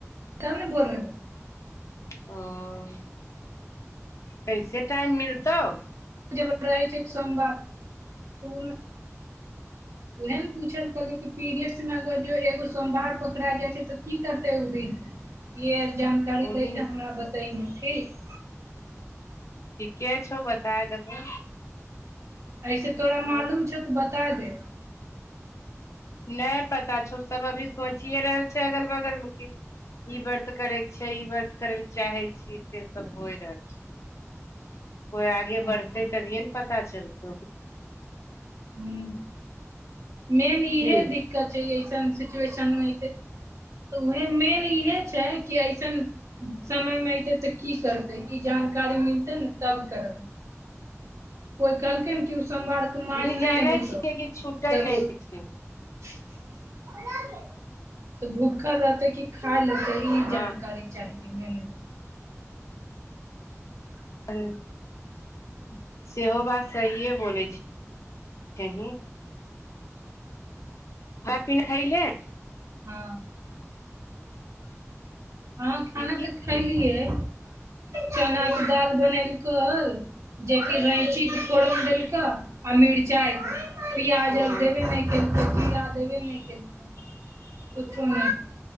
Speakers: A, on the right; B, on the left.
A: तब ने बोलौ हौ
B: ह कैसे टाइम मिलतौ
A: जब रहै छै संवाद सुल उहे ने पूछे ल कहलिय कि पीरियड्स मे अगर एगो सोमवार पकड़ा जाइ छै त की करतै ओ दिन य आर जानकारी
B: ओ
A: लै
B: दिन
A: के हमरा बतेहे ठीक
B: ठीके छौ बताय देबो
A: ऐसे तोरा
B: हँ
A: मालूम छौ त बताई दे
B: नहि पता छौ सब अभी सोचिए रहल छै अगल बगल मे की ई वर्त करेके छै ई वर्त करे ल चाहे छी से सब होइ रहल छै कोइ आगे
A: हँ
B: बढ़तै तभिये ने पता चलतौ
A: हूं मेन
B: की
A: इहे दिक्कत छै अऐसन सिचुएशन मे एते उह मेन इहे छै कि ऐसन समयमे अयतै तऽ की करतै ई जानकारी मिलतै ने तब कर कोइ कहलकै कि ओ सोमवार सोमवार
B: ई जानै
A: नइ होतह
B: छियै कि छूटै
A: तब
B: नहि छै
A: तऽ भूखा रहतै की खा लेत ई
B: हँ
A: जानकारी चाहिए
B: ह्म सेहो बात सहिए बोलै छी खा <unintelligible>
A: हँ हँ खाना
B: की की
A: तऽ
B: खैले?
A: खलियै चना के दाल बनेल कल जेकि रैंचीके फोरन देलकै आ मिरचाइ के पियाज
B: ओ
A: आर देबे नहि केलके जीरा देबे नहि केलके कुछो न